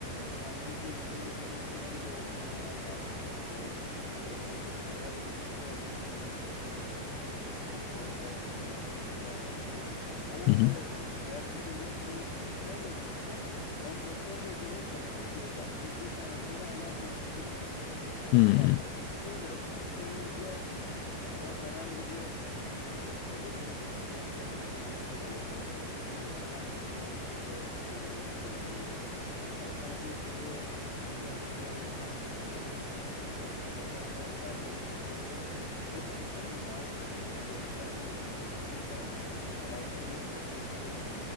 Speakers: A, on the left; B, on the left.
A: hayatımıza yeni yeni girmiş olan bu OpenAI'lar işte yapay zekalarla birlikte işte çok fazla hayatımız kolaylaştı. Ama
B: Hı
A: evet
B: hı.
A: eğer burada bizim konumuz sosyal medyaysa ben sosyal medyanın daha çok yozlaştırdığı kanaatinde hala hemfikirim. E çünkü
B: Hı hı.
A: bak şöyle sosyal medya da herhangi bir e, haberin tam olarak bir kaynakçası olmuyor. İnsanlar çok kolay işte yönlendirilebiliyor. İşte akran zorbalığı yine sosyal medyadan çıkıyor. İşte bu yapay hayatlar ve insanların hep kendini daha iyi yaşadığını gösterme çabasıyla bence artan da bir depresyon